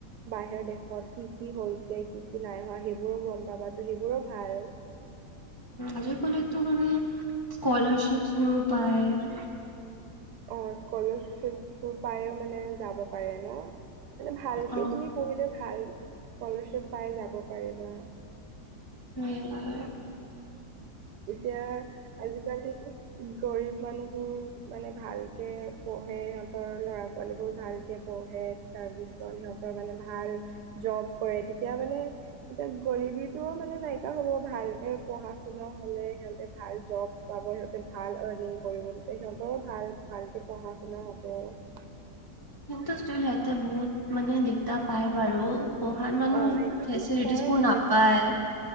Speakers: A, on the right; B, on the left.
A: বাহিৰৰ দেশত কি কি হৈছে কি কি নাই হোৱা সেইবোৰ- সেইবোৰো গম পাবা তো সেইবোৰো ভাল।
B: আজি কালিতো মানে, স্কলাৰশ্বিপবোৰো পায়।
A: অ স্কলাৰশ্বিপবোৰ পাই মানে যাব পাৰে ন। মানে ভালকে
B: অ
A: তুমি পঢ়িলে ভাল স্কলাৰশ্বিপ পাই যাব পাৰিবা।
B: উম।
A: এতিয়া আজিকালি- গৰীব মানুহবোৰ মানে ভালকে পঢ়ে সিহঁতৰ ল'ৰা ছোৱালীবোৰ ভালকে পঢ়ে। তাৰপিছত সিহঁতৰ মানে ভাল জব কৰে তেতিয়া মানে- এতিয়া গৰবীটো মানে নাইকিয়া হ'ব ভালকে পঢ়া শুনা- নহ'লে সিহঁতে ভাল জব পাব সিহঁতে ভাল আৰ্নিং কৰিব তেতিয়া সিহঁতৰো ভাল - ভালকে পঢ়া শুনা হ'ব।
B: কিন্তু চোন সিহঁতে বহুত মানে দিগদাৰ- পাই বাৰু পঢ়াত মানুহ
A: অ সেইটোতো
B: ফেচেলিটিজ
A: হয়
B: বোৰ
A: বাৰু
B: নাপায়।
A: এতিয়া